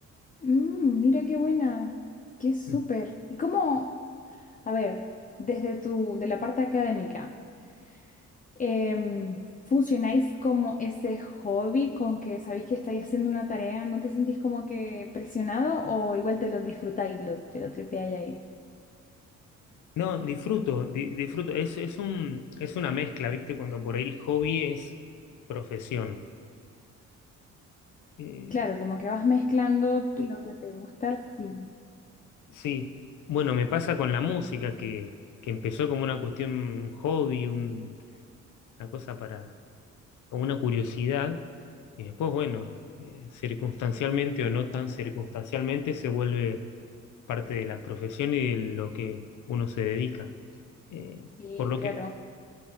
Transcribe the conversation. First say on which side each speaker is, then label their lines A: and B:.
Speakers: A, on the left; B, on the left.
A: Mm, mira qué buena, qué súper.
B: Mm.
A: ¿Y cómo? A ver, desde tu, de la parte académica. em, ¿funcionáis como ese hobby con que sabéis que estáis haciendo una tarea? ¿No te sentís como que presionado o igual te lo disfrutáis, lo, te lo tripeáis ahí?
B: No, disfruto, di- disfruto. Es, es un, es una mezcla, ¿viste? Cuando por ahí el hobby es profesión. Eh,
A: Claro, como que vas mezclando tú lo que te gusta, sí,
B: sí, bueno, me pasa con la música que, que empezó como una cuestión hobby, un- una cosa para, como una curiosidad. Y después, bueno, eh, circunstancialmente o no tan circunstancialmente, se vuelve parte de la profesión y de lo que uno se dedica. Eh,
A: sí,
B: por lo
A: claro.
B: que...